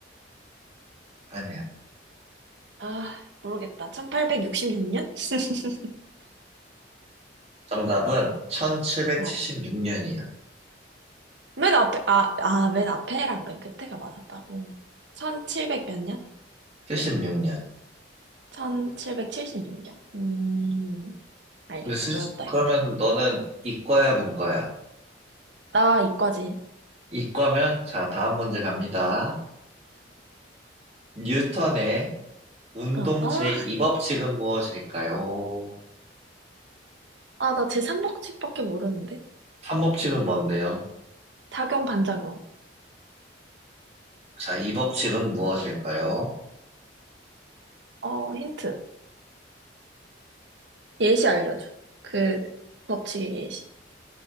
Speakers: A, on the right (about 35°); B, on the right (about 70°).
A: 아니야.
B: 아, 모르겠다. 1866년? <laughs>
A: 정답은 1776년이야.
B: 어. 맨 앞에, 아, 아, 맨 앞에랑 맨 끝에가 맞았다고. 1700 몇 년?
A: 76년.
B: 1776년. 음. 알겠어.
A: 근데 수,
B: 외웠다,
A: 그러면
B: 이거.
A: 너는 이과야, 문과야?
B: 나 이과지.
A: 이과면, 자, 다음 문제 갑니다. 뉴턴의 운동
B: 어, 아,
A: 제2법칙은 무엇일까요?
B: 아, 나 제삼법칙밖에 모르는데.
A: 3법칙은 뭔데요?
B: 작용, 반작용.
A: 자, 2법칙은 무엇일까요?
B: 어, 힌트. 예시 알려줘. 그, 법칙의 예시.